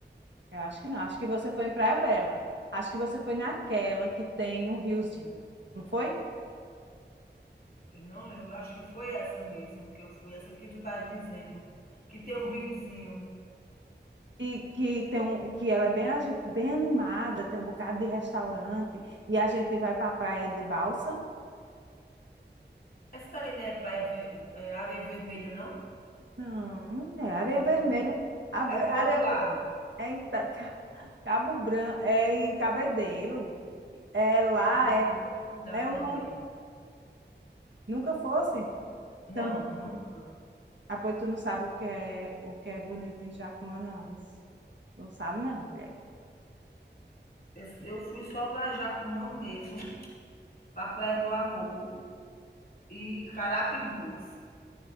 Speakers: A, on the right; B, on the left.
A: Eu acho que não. Acho que você foi em Praia Bela. Acho que você foi naquela que tem um riozinho, não foi?
B: Eu não lembro, acho que foi essa mesmo que eu fui, essa que tu estás dizendo, que tem um riozinho.
A: E que tem um, que ela é bem, agi- bem animada, tem um bocado de restaurante, e a gente vai para a praia de balsa.
B: Essa daí não é praia ver- é areia vermelha, não?
A: Não, mulher, areia
B: É
A: vermelha.
B: não.
A: A- Areia,
B: É pro outro lado.
A: Ve- é em Ta- Ca- Cabo Branco, é em Cabedelo. É lá,
B: Eu nunca
A: é,
B: fui lá
A: é
B: também.
A: uma. Nunca fosse.
B: Não,
A: Também.
B: nunca.
A: Ah, pois tu não sabe o que é, o que é bonito em Jacumã, não. vê se- Não sabe, não, mulher.
B: Eu, eu fui só para Jacumã mesmo, para Praia do Amor e Carapibus.